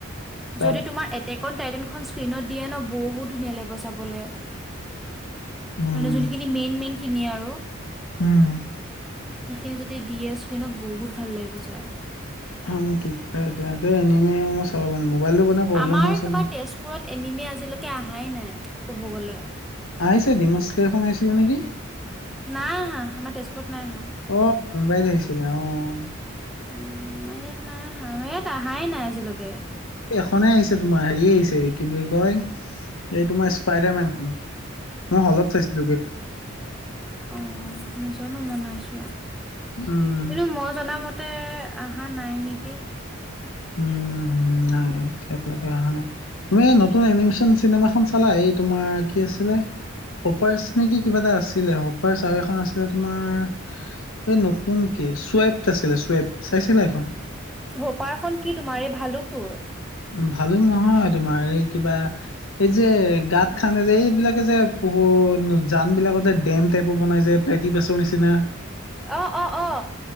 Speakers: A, on the left (about 80°); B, in the centre.
A: তাত
B: যদি তোমাৰ এটেকন টাইটেনখন স্কীণত দিয়ে ন বহুত ধুনীয়া লাগিব চাবলে।
A: উম
B: মানে যোনখিনি মেইন মেইন খিনি আৰু।
A: উম
B: খিনি যদি দিয়ে স্ক্ৰীনত বহুত ভাল লাগিব ছাই।
A: হয় নো <unintelligible> চাব মোবাইলটো ব প্ৰব্লেম
B: আমাৰ
A: আছে
B: তোমাৰ
A: নহয়।
B: তেজপুৰত এনিমি আজিলৈকে অহাই নাই ক'ব গ'লে।
A: আহিছে ডিমনছ শ্লেৰাৰখন আহিছিলে নেকি?
B: নাই আহা আমাৰ তেজপুৰত নাই আহা
A: অ মুম্বাইত আহিছিলে অহ।
B: উম আমাৰ ইয়াত নাই আহা এ তাহাই নাই আজিলৈকে।
A: ফনে আহিছে তোমাৰ হেৰি আহিছে কি বুলি কয়। এইটো মই স্পাইডাৰমেনখন মই হলত চাইছিলো গে।
B: অ নাজানো মই নাইচোৱা।
A: উম
B: কিন্তু মই জনামত। ততে অহা নাই নেকি?
A: উম। নাই এতিয়ালৈকে অহা নাই তুমি নতুন এনিমেচন চিনেমা খ চালাই এই তোমাৰ কি আছিলে! হপাৰ্চ নেকি কিবা এটা আছিলে হোপাৰ্চ আৰু এখন আছিলে তোমাৰ এই নতুনক চুৱেপ আছিলে চুৱেপ চাইছিলে এখন?
B: হোপাৰখনন কি তোমাৰে ভালুক তোৰ।
A: ভালো নহয় তোমাৰ এই কিবা এই যে গাঁত খানে যে এইবিলাক, যে পুহুৰ জান বিলাকত যে ডেম টাইপৰ বনাই যে পলেতি পাছৰ নিচিনা,
B: অ অ অ